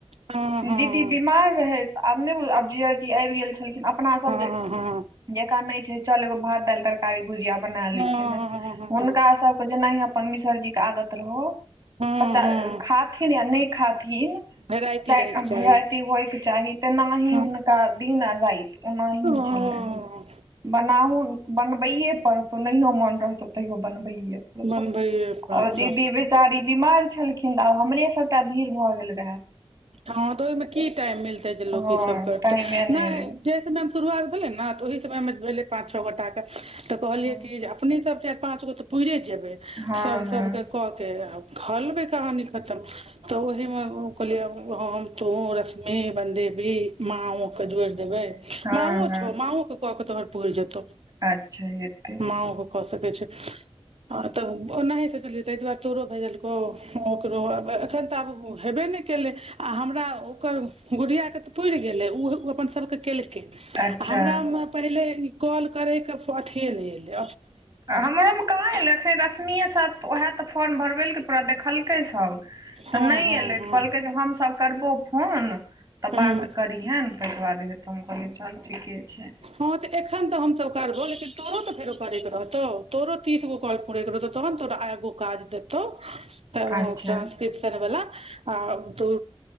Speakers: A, on the right; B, on the right.
A: हँ हँ
B: दीदी बीमार रहैत छलीह, आब नहि। आब जीजी आबि गेल छलीह। अपना सभ
A: हँ
B: जे
A: हँ
B: जेकाँ छै ने, चलू, एगो भात, दालि, तरकारी आ भुजिया बना लिअ।
A: हँ
B: हुनका सभकेँ जेना अपन मिश्र जी। आदत रहय।
A: हँ
B: पचा
A: हँ हँ
B: खाथिन या नहि खाथिन
A: भेराइटी
B: चारि
A: रहैके चाही
B: वरायटी होयके चाही त न ह
A: हँ
B: ह दिन आ राति ओनाही
A: हँ
B: छलनि बनाहु बनबैे पड़तौ नहियो मोन रहतौ तैयो बनबैे पड़तौ
A: बनबैए पड़तौ
B: आ दीदी बेचारी बीमार छलखिन तऽ आब हमरे सबटा भीड़ भए गेल रहे
A: हँ तऽ ओहिमे की टाइम मिलतै जे लोक
B: हँ
A: ईसभ करतै
B: टाइमे
A: नहि
B: रहै
A: जेहि समय मे शुरुआत भेले ने तऽ ओहि समय मे भेले पांच छओ गोटा के तऽ कहलियै
B: हँ
A: कि अपने सब चारि पाँच गो तऽ पुरे जेबै
B: हँ
A: सब
B: हँ
A: सबके कऽ आब घलबे भी कहानी खतम तऽ ओहिमे कहलियै हम तू रश्मि बनदेबी माँ ओके जोड़ि देबै
B: हँ
A: माँओ
B: हँ
A: छो माँ ओ कको तोहर पूरि जेतो
B: अच्छा हैते
A: माँ ओ कऽ सकैत ओना सोचलिए तय दुआरो तोरो भेजलकौ ओ ओकरो एखन तऽ आब हेबे नहि केलै आ हमरा ओकर गुड़ियाकके तऽ पुरि गेलै ओ अपन सभके केलकै
B: अच्छा
A: आ हमरामे पहिले ई कॉल करैके अथिएनहि अएलै
B: हमरोमे कहाँएखै रश्मिए स तऽ ओएह तऽ फॉर्म भरबैेलकै पूरा देखलकै सब
A: हँ
B: तऽ नहि
A: हँ
B: एलै
A: हँ
B: तऽ कहलकै जे हमसभ करबो फोन तऽ
A: हूँ
B: बात करिहेन तहिके बाद हइ तऽ हम कहलिए चल ठीके छै
A: हँ तऽ एखन तऽ हमसभ करबौ लेकिन तोरो तऽ फेरो करेके रहतौ तोरो तीसगो कॉल पुरे के रहतौ तऽ तोरा एगो काज देतौ तऽ
B: अच्छा
A: टारंसक्रिप्शन बला आ दू